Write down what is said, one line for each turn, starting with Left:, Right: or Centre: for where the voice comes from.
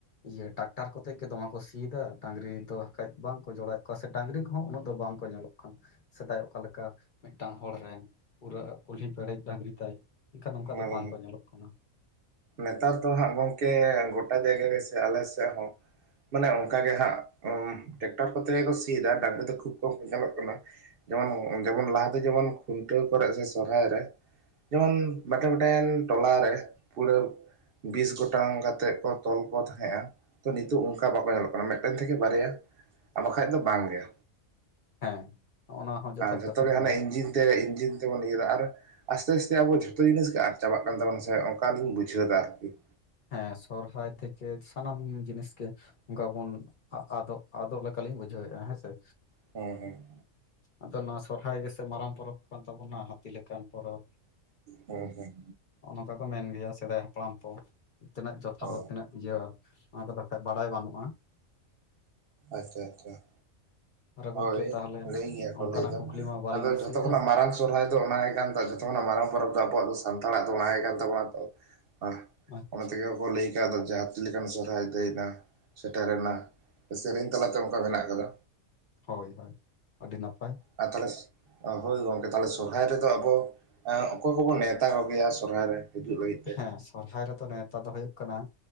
Left: ᱤᱭᱟᱹ ᱴᱟᱠᱴᱟᱨ ᱠᱚᱛᱮᱜ ᱜᱮ ᱫᱚᱢᱮ ᱠᱚ ᱥᱤᱭ ᱫᱟ ᱰᱟᱝᱨᱤ ᱫᱚ ᱠᱟᱡ ᱵᱟᱝᱠᱚ ᱡᱚᱲᱟᱣ ᱮᱫ ᱠᱚᱣᱟ, ᱥᱮ ᱰᱟᱝᱨᱤ ᱠᱚᱦᱚᱸ ᱩᱱᱟᱹᱜ ᱫᱚ ᱵᱟᱝ ᱠᱚ ᱧᱮᱞᱚᱜ ᱠᱟᱱ, ᱥᱮᱫᱟᱭ ᱚᱠᱟ ᱞᱮᱠᱟ ᱢᱤᱫᱴᱟᱝ ᱦᱚᱲ ᱨᱮᱱ ᱯᱩᱨᱟᱹ ᱠᱩᱞᱦᱤ ᱯᱮᱨᱮᱡ ᱰᱟᱝᱨᱤ ᱛᱟᱭ, ᱮᱠᱷᱟᱱ ᱚᱝᱠᱟ
Right: ᱦᱮᱸ
Left: ᱫᱚ ᱵᱟᱝ
Right: ᱦᱮᱸ
Left: ᱠᱚ ᱧᱮᱞᱚᱜ ᱠᱟᱱᱟ᱾
Right: ᱱᱮᱛᱟᱨ ᱫᱚ ᱦᱟᱸᱜ ᱜᱚᱝᱠᱮ ᱜᱳᱴᱟ ᱡᱟᱭᱜᱟ ᱜᱮ ᱥᱮ ᱟᱞᱮ ᱥᱮᱫ ᱦᱚᱸ᱾ ᱢᱟᱱᱮ ᱚᱝᱠᱟ ᱜᱮ ᱦᱟᱸᱜ ᱴᱮᱠᱴᱟᱨ ᱠᱚᱛᱮ ᱜᱮ ᱠᱚ ᱥᱤᱭᱫᱟ ᱰᱟᱝᱨᱤ ᱫᱚ ᱠᱷᱩᱵ ᱠᱚᱢ ᱜᱮᱠᱚ ᱧᱮᱞᱚᱜ ᱠᱟᱱᱟ᱾ ᱡᱮᱢᱚᱱ ᱡᱮᱢᱚᱱ ᱞᱟᱦᱟ ᱫᱚ ᱡᱮᱢᱚᱱ ᱠᱷᱩᱱᱴᱟᱹᱣ ᱠᱚᱨᱮ ᱥᱮ ᱥᱚᱨᱦᱟᱭ ᱨᱮ, ᱡᱮᱢᱚᱱ ᱢᱮᱴᱮᱱ ᱢᱮᱴᱮᱱ ᱴᱚᱞᱟ ᱨᱮ ᱯᱩᱨᱟᱹᱣ ᱵᱤᱥ ᱜᱚᱴᱟᱝ ᱠᱟᱛᱮᱫ ᱠᱚ ᱛᱚᱞ ᱠᱚ ᱛᱟᱦᱮᱸᱜᱼᱟ᱾ ᱛᱚ ᱱᱤᱛᱚᱜ ᱚᱝᱠᱟ ᱵᱟᱠᱚ ᱧᱮᱞᱚᱜ ᱠᱟᱱᱟ ᱢᱤᱫᱴᱮᱱ ᱛᱷᱮᱠᱮ ᱵᱟᱨᱭᱟ ᱟᱨ ᱵᱟᱠᱷᱟᱡ ᱫᱚ ᱵᱟᱝ ᱜᱮ᱾
Left: ᱦᱮᱸ ᱱᱚᱜᱼᱱᱟ ᱦᱚᱸ ᱡᱚᱛᱷᱟᱛ
Right: ᱟᱨ ᱡᱷᱚᱛᱚ
Left: ᱠᱟᱛᱷᱟ
Right: ᱜᱮ
Left: ᱠᱟᱱᱟ
Right: ᱦᱟᱱᱮ ᱤᱧᱡᱤᱱ ᱛᱮ ᱤᱧᱡᱤᱱ ᱡᱮᱢᱚᱱ ᱤᱭᱟᱹ ᱫᱟ ᱟᱨ ᱟᱥᱛᱮ ᱟᱥᱛᱮ ᱟᱵᱚ ᱡᱷᱚᱛᱚ ᱡᱤᱱᱤᱥ ᱜᱮ ᱟᱫ ᱪᱟᱵᱟᱜ ᱠᱟᱱ ᱛᱟᱵᱚᱱᱟ ᱥᱮ ᱚᱱᱠᱟᱞᱤᱧ ᱵᱩᱡᱷᱟᱹᱣ ᱫᱟ ᱟᱨᱠᱤ᱾
Left: ᱦᱮᱸ ᱥᱚᱨᱦᱟᱭ ᱛᱷᱮᱠᱮ ᱥᱟᱱᱟᱢ ᱡᱤᱱᱤᱥ ᱜᱮ ᱚᱱᱠᱟ ᱵᱚᱱ ᱟᱫᱚᱜ ᱟᱫᱚᱜ ᱞᱮᱠᱟᱞᱤᱧ ᱵᱩᱡᱷᱟᱹᱣ ᱮᱜᱼᱟ ᱦᱮᱸᱥᱮ᱾
Right: ᱦᱩᱸ ᱦᱩᱸ᱾
Left: ᱟᱫᱚ ᱱᱚᱣᱟ ᱥᱚᱨᱦᱟᱭ ᱜᱮᱥᱮ ᱢᱟᱨᱟᱝ ᱯᱚᱨᱚᱵᱽ ᱠᱟᱱ ᱛᱟᱵᱚᱱᱟ ᱦᱟᱹᱛᱤ ᱞᱮᱠᱟᱱ ᱯᱚᱨᱚᱵᱽ᱾
Right: ᱦᱩᱸ ᱦᱩᱸ
Left: ᱚᱱᱟ ᱫᱚᱠᱚ ᱢᱮᱱ ᱜᱮᱭᱟ ᱥᱮᱫᱟᱭ ᱦᱟᱯᱲᱟᱢ ᱠᱚ ᱛᱤᱱᱟᱹᱜ ᱡᱚᱛᱷᱟᱛ
Right: ᱚ
Left: ᱟᱨ ᱛᱤᱱᱟᱹᱜ ᱤᱭᱟᱹ ᱚᱱᱟ ᱫᱚ ᱵᱟᱠᱷᱟᱡ ᱵᱟᱰᱟᱭ ᱵᱟᱹᱱᱩᱜᱼᱟ᱾
Right: ᱟᱪᱪᱷᱟ ᱟᱪᱪᱷᱟ᱾
Left: ᱟᱨ ᱜᱚᱢᱠᱮ
Right: ᱦᱳᱭ
Left: ᱛᱟᱦᱚᱞᱮ
Right: ᱞᱟᱹᱭ ᱜᱮᱭᱟ ᱠᱚ
Left: ᱚᱱᱠᱟᱱᱟᱜ
Right: ᱞᱟᱹᱭ ᱫᱚ,
Left: ᱠᱩᱠᱞᱤ ᱢᱟ ᱵᱟᱹᱞᱤᱧ
Right: ᱟᱫᱚ
Left: ᱫᱤᱥᱟᱹᱭᱮᱫᱼᱟ
Right: ᱡᱷᱚᱛᱚ ᱠᱷᱚᱱᱟᱜ ᱢᱟᱨᱟᱝ ᱥᱚᱨᱦᱟᱭ ᱫᱚ ᱚᱱᱟ ᱜᱮ ᱠᱟᱱ ᱛ ᱡᱚᱛᱚ ᱠᱷᱚᱱᱟᱜ ᱢᱟᱨᱟᱝ ᱯᱚᱨᱚᱵᱽ ᱫᱚ ᱟᱵᱚᱣᱟᱜ ᱫᱚ ᱥᱟᱱᱛᱟᱲᱟᱜ ᱫᱚ ᱚᱱᱟ ᱜᱮ ᱠᱟᱱ ᱛᱟᱵᱚᱱᱟ ᱛᱚ᱾ ᱟᱨ
Left: ᱟᱪᱪᱷᱟ
Right: ᱚᱱᱟ ᱛᱮᱜᱮ ᱠᱚ ᱞᱟᱹᱭ ᱠᱟᱣᱫᱟ ᱡᱮ ᱦᱟᱛᱤ ᱞᱮᱠᱟᱱ ᱥᱚᱦᱨᱟᱭ ᱫᱟᱹᱭᱱᱟ᱾ ᱥᱮᱴᱮᱨᱮᱱᱟ, ᱥᱮᱨᱮᱧ ᱛᱟᱞᱟᱛᱮ ᱚᱝᱠᱟ ᱢᱮᱱᱟᱜ ᱠᱟᱫᱟ᱾
Left: ᱦᱳᱭ ᱦᱳᱭ, ᱟᱹᱰᱤ ᱱᱟᱯᱟᱭ᱾
Right: ᱟᱨ ᱛᱟᱦᱞᱮ ᱦᱳᱭ ᱜᱚᱝᱠᱮ ᱛᱟᱦᱞᱮ ᱥᱚᱨᱦᱟᱭ ᱨᱮᱫᱚ ᱟᱵᱚ ᱚᱠᱚᱭ ᱠᱚᱵᱚ ᱱᱮᱣᱛᱟ ᱠᱚᱜᱮᱭᱟ ᱥᱚᱨᱦᱟᱭ ᱨᱮ ᱦᱤᱡᱩᱜ ᱞᱟᱹᱜᱤᱫ ᱛᱮ
Left: ᱦᱮᱸ ᱥᱚᱨᱦᱟᱭ ᱨᱮᱫᱚ ᱱᱮᱣᱛᱟ ᱫᱚ ᱦᱩᱭᱩᱜ ᱠᱟᱱᱟ᱾